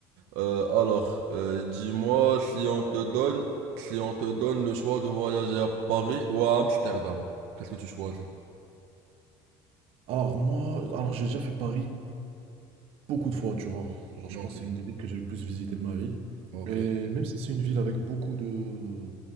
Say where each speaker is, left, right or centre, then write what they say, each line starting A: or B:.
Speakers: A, on the right; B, on the right.
A: Euh, alors, euh, dis-moi si on te donne, si on te donne le choix de voyager à Paris ou à Amsterdam, qu'est-ce que tu choisis?
B: Alors moi, alors j'ai déjà fait Paris Beaucoup de fois, tu vois. Genre, je
A: Ok,
B: pense que c'est l'une des villes que j'ai le plus visité de ma vie.
A: ok.
B: Et même si c'est une ville avec beaucoup de